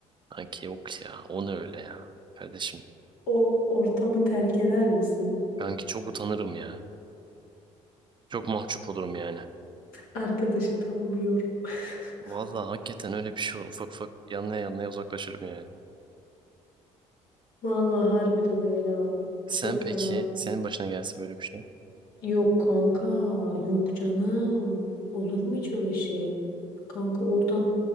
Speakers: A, on the right; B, on the left.
A: Kanki yok ya. O ne öyle ya. Kardeşim.
B: O ortamı terk eder misin?
A: Kanki çok utanırım ya. Çok mahcup olurum yani.
B: Arkadaşı tanımıyorum. <laughs>
A: Vallahi hakikaten öyle bir şey olur. Ufak ufak yanlaya yanlaya uzaklaşırım yani.
B: Vallahi harbiden öyle ha.
A: Sen
B: Çok
A: peki,
B: fena.
A: senin başına gelse böyle bir şey.
B: Yok kanka, yok canım. Olur mu hiç öyle şey? Kanka oradan